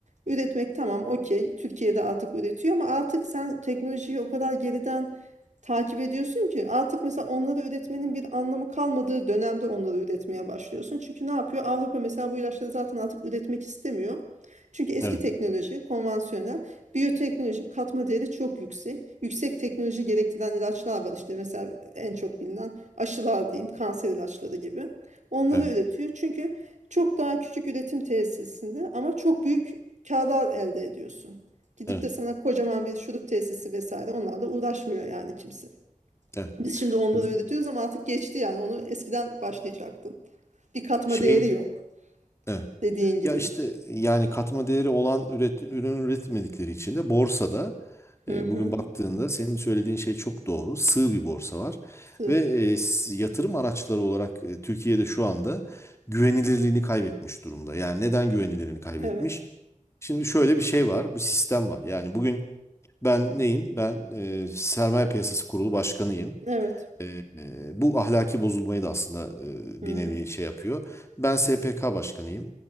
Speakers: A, on the right; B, on the left.
A: üretmek tamam okey. Türkiye'de artık üretiyor ama artık sen teknolojiyi o kadar geriden takip ediyorsun ki artık mesela onları üretmenin bir anlamı kalmadığı dönemde onları üretmeye başlıyorsun. Çünkü ne yapıyor? Avrupa mesela bu ilaçları zaten artık üretmek istemiyor. Çünkü eski
B: evet
A: teknoloji, konvansiyonel, biyoteknoloji katma değeri çok yüksek. Yüksek teknoloji gerektiren ilaçlar var. İşte mesela en çok bilinen aşılar diyeyim, kanser ilaçları gibi. Onları
B: evet
A: üretiyor. Çünkü çok daha küçük üretim tesisinde ama çok büyük kârlar elde ediyorsun. Gidip
B: evet
A: de sana kocaman bir şurup tesisi vesaire onlarla uğraşmıyor yani kimse.
B: evet
A: Biz şimdi onları
B: evet.
A: üretiyoruz ama artık geçti yani onu eskiden başlayacaktın. Bir katma
B: Şeyin
A: değeri yok
B: evet.
A: dediğin gibi.
B: Ya işte yani katma değeri olan üret, ürün üretmedikleri için de borsada
A: Hı
B: e,
A: hı.
B: bugün baktığında senin söylediğin şey çok doğru. Sığ bir borsa var
A: Sığ.
B: ve e, s- yatırım araçları olarak e, Türkiye'de şu anda güvenilirliğini kaybetmiş durumda. Yani neden güvenilirliğini kaybetmiş?
A: Evet.
B: Şimdi şöyle bir şey var, bu sistem var. Yani bugün ben neyim? Ben e, Sermaye Piyasası Kurulu Başkanıyım.
A: Evet.
B: E, e, bu ahlaki bozulmayı da aslında e,
A: Hı
B: bir
A: hı.
B: nevi şey yapıyor. Ben SPK başkanıyım.